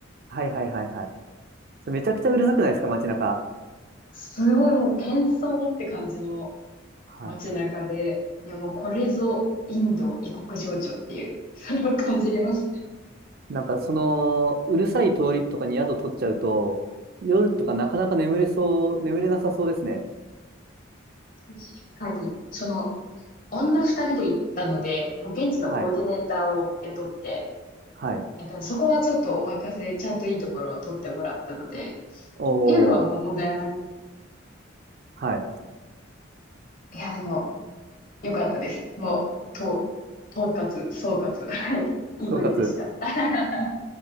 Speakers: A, on the right; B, on the left.
A: はいはいはいはい。それめちゃくちゃうるさくないですか、街中。
B: すごいもう喧騒って感じの
A: は
B: 街中で、いやもうこれぞインド異国情緒っていう、<laughs> それを感じれますね。
A: い。なんか、その、うるさい通りとかに宿取っちゃうと、夜とかなかなか眠れそう、眠れなさそうですね。
B: 確かに、その女二人で行ったので、もう現地のコーディネーターを雇って、
A: はい。はい。
B: えっとね、そこはちょっとお任せでちゃんといいところを取ってもらったので、
A: おー。
B: 夜はもう問題はなかっ
A: はい。
B: た。いや、でも、良かったです。もう、と、統括、総括。はい。いい国でした。
A: 総括。
B: <laughs>